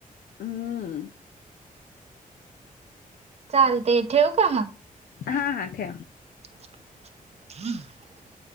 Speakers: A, on the left; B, on the right.
A: हम्म
B: चालते ठेऊ का मग?
A: हा हां ठेवा.
B: <inaudible>